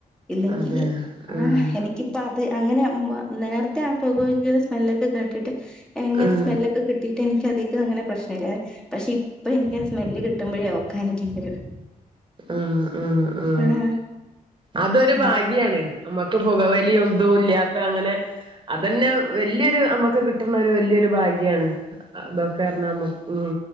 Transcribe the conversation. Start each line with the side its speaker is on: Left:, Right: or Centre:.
Centre: ഇല്ലെങ്കി
Right: അതെ ആഹ്
Centre: ആഹ എനക്ക്ിപ്പ അത് അങ്ങനെ നേരത്തെ ആ പോകുമെങ്കിൽ സ്മെല്ലൊക്കെ കേട്ടിട്ട് എങ്ങനെ
Right: ആഹ്
Centre: സ്മെല്ലൊക്കെ കിട്ടി എനിക്ക അധികം അങ്ങനെ പ്രശ്നില്ല പക്ഷെ അപ്പ എനിക്ക് സ്മെല് കട്ടി കിുമ്പഴ ഓക്കാ എനിക്കരും
Right: ആഹ ഉ ഉഹ
Centre: ആഹ്
Right: അതൊരു
Centre: ആഹ്
Right: ഭാഗ്യിയാണ് നമ്മുക്ക് പുകവലിയ എതുും ഇല്ല അപ്പം അങ്ങനെ അതന്നെ വലിയ ഇത് നമുക്ക് കിട്ടുന്ന വലിയൊരു ഭാഗ്യാണ് അതൊക്കെണാമക്ക് ഉം